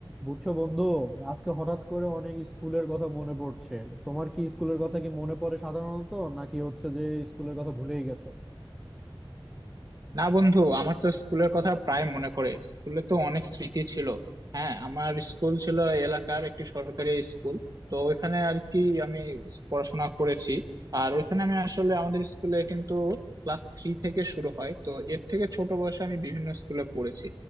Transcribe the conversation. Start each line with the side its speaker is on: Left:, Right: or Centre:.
Centre: বুঝছো বন্ধু আজকে হঠাৎ করে অনেক স্কুলের কথা মনে পড়ছে তোমার কি স্কুলের কথা কি মনে পড়ে সাধারণত নাকি হচ্ছে যে স্কুলের কথা ভুলেই গেছো
Right: না বন্ধু আমার তো স্কুলের কথা প্রায় মনে পড়ে স্কুলে তো অনেক স্মৃতি ছিল হ্যাঁ আমার স্কুল ছিল এলাকার একটি সরকারি স্কুল তো ওইখানে আর কি আমি পড়াশোনা করেছি আর ওইখানে আমি আসলে আমাদের স্কুলে কিন্তু ক্লাস থ্রি থেকে শুরু হয় তো এর থেকে ছোট বয়সে আমি বিভিন্ন স্কুলে পড়েছি